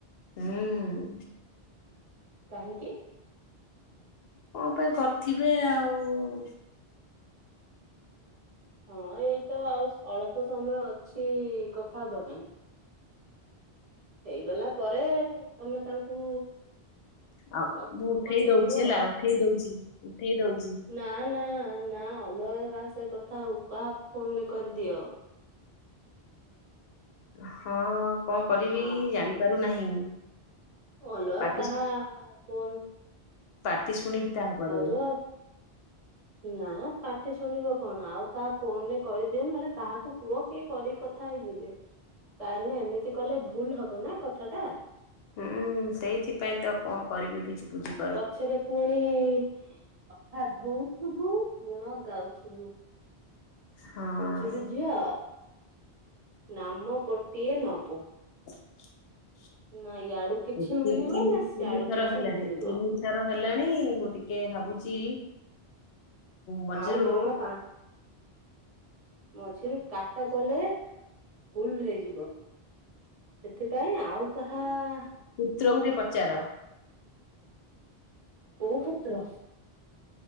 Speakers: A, on the left; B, on the right.
A: ହୁଁ।
B: କାହିଁକି?
A: କଣ ପାଇଁ କରିଥିବେ ଆଉ-ଉ-ଉ-ଉ।
B: ହଁ ଏଇତ ଆଉ ଅଳ୍ପ ସମୟ ଅଛି-ଇ-ଇ କଥା ହବା ପାଇଁ। ହେଇଗଲା ପରେ ତମେ ତାଙ୍କୁ
A: ଆଉ
B: କଥ
A: ମୁଁ ଉଠେଇ
B: ପଚାରିବ
A: ଦଉଛି ହେଲା
B: ଆଉ।
A: ଉଠେଇ ଦଉଛି ଉଠେଇ ଦଉଛି।
B: ନା ନା ନା ଅଲଗା କାହା ସହ କଥା ହୁଅ କାହା ଫୋନରେ କରିଦିଅ।
A: ହଁ କଣ କରିବି-ଇ-ଇ-ଇ
B: ଆ
A: ଜାଣିପାରୁନାହିଁ।
B: ଅଲଗା
A: ପାଟି
B: କାହା-ଆ-ଆ ଫୋନ୍।
A: ପାଟି ଶୁଣିବିି ତାହା ପରେ।
B: ଯୋଉ ନା ପାଟି ଶୁଣିବ କଣ ଆଉ କାହା ଫୋନରେ କରିଦିଅ ନ ହେଲେ କାହାକୁ କୁହ କିଏ କରି କଥା ହେଇଯିବେ କାରଣ ଏମିତି କଲେ ଭୁଲ ହବ ନା କଥା ଟା।
A: ହୁଁ ସେଇଥିପାଇଁ ତ କଣ କରିବି ବୁଝି ବୁଝିି
B: ପଛରେ ପୁଣି-ଇ-ଇ-ଇ ଅଖା ଧଉଥିବୁ ଗୁଣ ଗାଉଥିବୁ।
A: ହଁ
B: ବୁଝିଲୁ ଝିଅ। ନାମ ପୋଟିଏ ନବୁ।
A: <inaudible>
B: ନାଁ ଇଆଡୁ କିଛି
A: ଏଇ ତିନ୍
B: ମିଳିବ
A: ତିନି
B: ନା ସିଆଡୁ
A: ତିନି ଥର
B: କିଛି
A: ହେଲାଣି
B: ମିଳିବ
A: ତିନି ଥର ହେଲାଣି-ଇ-ଇ ମୁଁ ଟିକେ ଭାବୁଛି ମଝିରୁ
B: ଆଉ ଜମା ପା ମଝିରୁ କାଟ କଲେ ଭୁଲ ହେଇଯିବ ସେଥିପାଇଁ ଆଉ କାହା-ଆ-ଆ-ଆ-ଆ
A: ପୁତ୍ର କୁ ଟିକେ ପଚାର।
B: କୋଉ ପୁତ୍ର